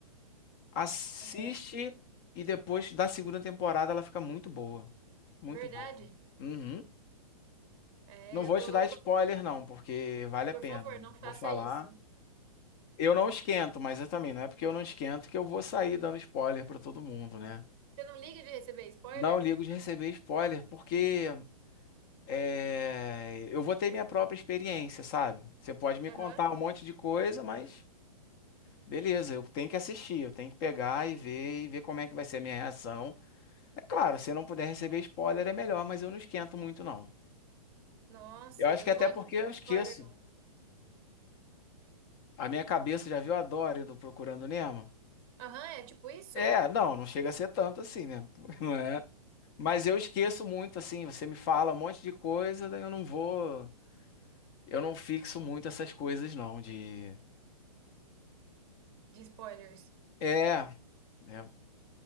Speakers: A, on the left; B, on the right.
A: assiste
B: Aham,
A: e depois da segunda temporada ela fica muito boa, muito
B: Verdade.
A: boa. Uhum.
B: É,
A: Não vou
B: eu tô,
A: te dar spoiler
B: tô-
A: não, porque vale
B: Por
A: a pena.
B: favor, não faça
A: Vou falar.
B: isso.
A: Eu não esquento, mas eu também não é porque eu não esquento que eu vou sair dando spoiler para todo mundo, né?
B: Você não liga de receber spoiler?
A: Não ligo de receber spoiler, porque é, eu vou ter minha própria experiência, sabe? Você pode me
B: Aham.
A: contar um monte de coisa, mas beleza, eu tenho que assistir, eu tenho que pegar e ver e ver como é que vai ser a minha reação. É claro, se não puder receber spoiler é melhor, mas eu não esquento muito, não.
B: Nossa,
A: Eu acho
B: eu
A: que
B: não
A: até
B: gosto
A: porque eu
B: de
A: esqueço.
B: spoiler, não.
A: A minha cabeça já viu a Dory do Procurando Nemo?
B: Aham, é tipo isso?
A: É, não, não chega a ser tanto assim, né? <laughs> Não é? Mas eu esqueço muito, assim, você me fala um monte de coisa, daí eu não vou. Eu não fixo muito essas coisas, não, de...
B: De spoilers.
A: É, né?